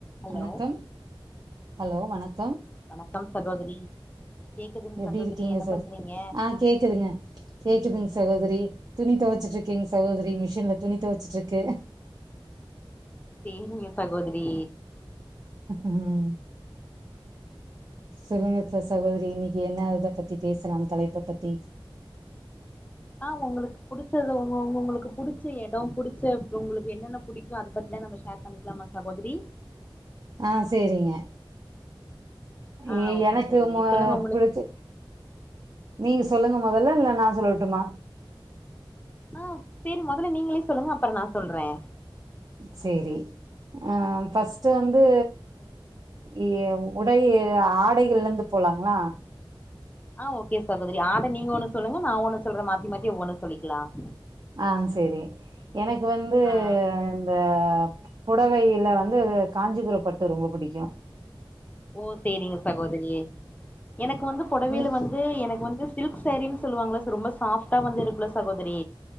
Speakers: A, on the left; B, on the right.
A: hello
B: வணக்கம் hello வணக் கம்
A: வணக்கம் சகோதரி கேக்குதுங்
B: எப்பிடி
A: சகோதரி
B: இருக்கீங்க
A: என்ன
B: சார்
A: பண்றீங்க
B: ஆஹ் கேக்குதுங்க கேக்குதுங்க சகோதரி துணி துவச்சிட்டு இருக்கேங்க சகோதரி மிஷின்ல துணி துவச்சிட்டு இருக்கு
A: செரிங்க சகோதரி
B: ம் சொல்லுங்க ச சகோதரி இன்னைக்கு என்ன இத பத்தி பேசலாம் தலைப்ப பத்தி
A: ஆஹ் உங்களுக்கு புடிச்சது உ உங்க உங்களுக்கு புடிச்ச இடம் புடிச்ச உங்களுக்கு என்னென்ன புடிக்கும் அதை பத்திலாம் நம்ம ஷேர் பண்ணிக்கலாமா சகோதரி
B: ஆஹ் சேரிங்க
A: ஆ
B: ஏ
A: ஓகே
B: எனக்கு
A: சகோதரி
B: மொ
A: சொல்லுங்க உங்களுக்கு
B: பிடிச்ச நீங்க சொல்லுங்க மொதல்ல இல்ல நான் சொல்லட்டுமா
A: ஆஹ் சேரி முதல்ல நீங்களே சொல்லுங்க அப்புறம் நான் சொல்றேன்
B: சேரி அஹ் பஃஸ்ட்டு வந்து எ உடை ஆடைகள்ல இருந்து போலாங்கிளா
A: ஆஹ் ஓகே சகோதரி ஆட நீங்க ஒண்ணு சொல்லுங்க நான் ஒண்ணு சொல்ற மாத்தி மாத்தி ஒவ்வொன்னு சொல்லிக்கலாம்
B: ஆஹ் சேரி எனக்கு வந்து
A: ஆ
B: இந்த புடவையில வந்து காஞ்சிபுரம் பட்டு ரொம்ப புடிக்கும்
A: ஓ சேரிங்க சகோதரி எனக்கு வந்து புடவையில
B: ம்
A: வந்து எனக்கு வந்து சில்க் செரீன்னு சொல்லுவாங்காலா ச ரொம்ப சாப்ட் ட்டா வந்து இருக்குல சகோதரி